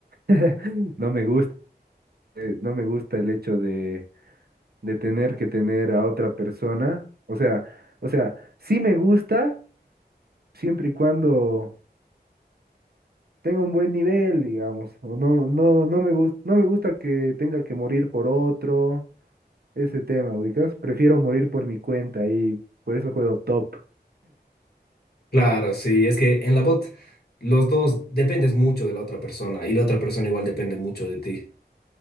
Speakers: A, on the right (about 65°); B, on the left (about 65°).
A: <laughs> No me gusta, no me gusta el hecho de de tener que tener a otra persona. O sea, o sea, sí me gusta siempre y cuando tenga un buen nivel, digamos. O no, no, no me gusta, no me gusta que tenga que morir por otro, ese tema, ubicas. Prefiero morir por mi cuenta y por eso juego top.
B: claro, sí. Es que en la bot los dos dependes mucho de la otra persona y la otra persona igual depende mucho de ti.